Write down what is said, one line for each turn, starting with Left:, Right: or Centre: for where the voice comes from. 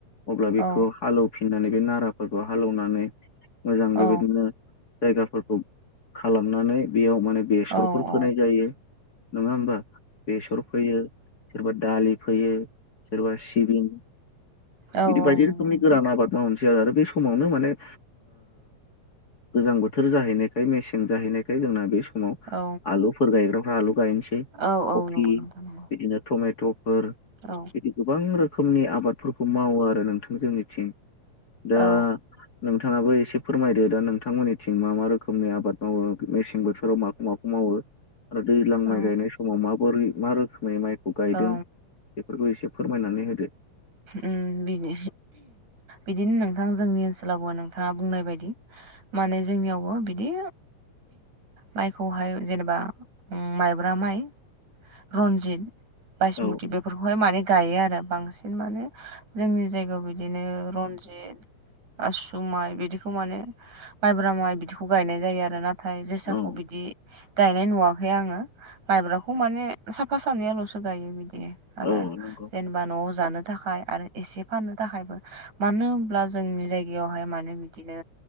Left: अब्ला
Right: औ
Left: बेखौ हालेवफिननानै बे नाराफोरखौ हालेवनानै मोजां
Right: औ
Left: बेबायदिनो जायगाफोरखौ खालामनानै बेयाव माने बेसरफोर
Right: औ औ
Left: फोनाय जायो। नङा होमबा बेसर फोयो सोरबा दालि फोयो। सोरबा सिबिं
Right: औ
Left: बिदि बायदि
Right: नंगौ
Left: रोखोमनि
Right: नोंथां
Left: गोरान आबाद मावो आरो बे समावनो माने गोजां बोथोर जाहैनायखाय मेसें जाहैनायखाय जोंना बे समाव
Right: औ।
Left: आलुफोर गायग्राफ्रा आलु गायनोसै।
Right: औ औ
Left: कफि
Right: नंगौ नोंथां नंगौ
Left: बिदिनो थमेट'फोर
Right: औ
Left: बि गोबां रोखोमनि आबादफोरखौ मावो आरो नोंथां जोंनिथिं दा
Right: औ
Left: नोंथाङाबो एसे फोरमायदो दा नोंथांमोननिथिं मा मा रोखोमनि आबाद मावो मेसें बोथोराव माखौ माखौ मावो? <unintelligible> दैज्लां
Right: औ
Left: माइ गायनाय समाव माबोरै मा रोखोमनि माइखौ गायदों
Right: औ
Left: बेफोरखौ एसे फोरमायनानै होदो
Right: उम बिनो बिदिनो नोंथां जोंनि ओनसोलावबो नोंथाङा बुंनाय बायदि माने जोंनियावबो बिदि माइखौहाय जेनेबा माइब्रा माइ रनजित बायसमुति
Left: औ
Right: बेफोरखौहाय माने गायो आरो बांसिन माने जोंनि जायगायाव बिदिनो रन्जित आसु माइ बिदिखौ माने माइब्रा माइ बिदिखौ गायनाय जायो आरो ना। नाथाय जोसाखौ
Left: औ
Right: बिदि गायनाय नुवाखै आङो माइब्राखौ माने साफा सानैयाल'सो गायो बिदि आरो
Left: औ नंगौ
Right: जेन बा न'आव जानो थाखाय आरो एसे फाननो थाखायबो मानो होनोमब्ला जोंनि जायगायावहाय माने बिदिनो